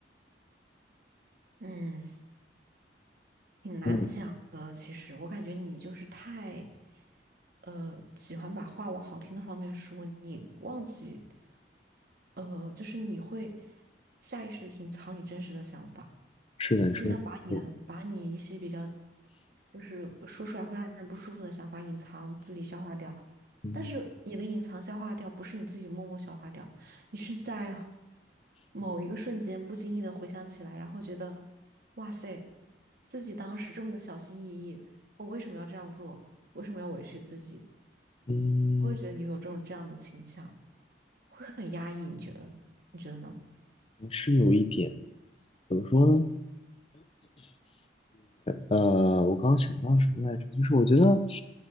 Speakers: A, on the right (about 60°); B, on the left (about 35°).
A: 嗯。挺难讲的，
B: 对，
A: 其实我感觉你就是太，呃，喜欢把话往好听的方面说，你忘记，呃，就是你会下意识的隐藏你真实的想法，
B: 是的，
A: 你尽量把你的把你一些比较，
B: 你说的没错，
A: 就是说出来会让人不舒服的想法隐藏自己消化掉，
B: 嗯
A: 但是你的隐藏消化掉不是你自己默默消化掉，你是在某一个瞬间不经意的回想起来，然后觉得，哇塞，自己当时这么的小心翼翼，我为什么要这样做？为什么要委屈自己？
B: 嗯，
A: 我会觉得你有这种这样的倾向，会很压抑，你觉得？你觉得呢？
B: 是有一点，怎么说呢？呃，我刚刚想到什么来着？就是我觉得